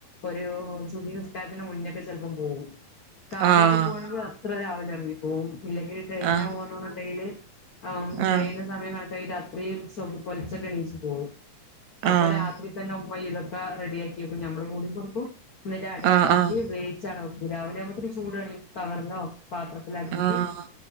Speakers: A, on the left; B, on the right.
A: ഒരു സുബ്ഹിനിസ്കാരത്തിന്റ മുന്നക്കെ ചെലപ്പം പോകും കാറിലൊക്കെ
B: ആഹ്
A: പോവാണെങ്കിൽ അത്ര രാവിലെ എറങ്ങി പോവും ഇല്ലെങ്കിൽ ട്രെയിനില
B: ആഹ്
A: പോകുന്നുണ്ടെങ്കില് ഔ ട്രെയിൻ
B: ആഹ്
A: സമയം കണക്കാക്കി അത്രീം <unintelligible> പൊലച്ചക്ക്‌ എണീച്ചു പോവും അപ്പൊ
B: ആഹ്
A: രാത്രി തന്നെ ഉമ്മ ഇതൊക്കെ റെഡി ആക്കി വക്കും ഞമ്മളും കൂടി കൊടുക്കും എന്നിട്ട് അടയാക്കിയിട്ട്
B: ആഹ് ആഹ്
A: വേവിച്ചവടെ വെക്കും രാവിലെ ആവൂമ്പോത്തിന് ചൂടണി കവറിലോ പാത്ര ത്രത്തിലാക്കീട്ട്
B: ആഹ്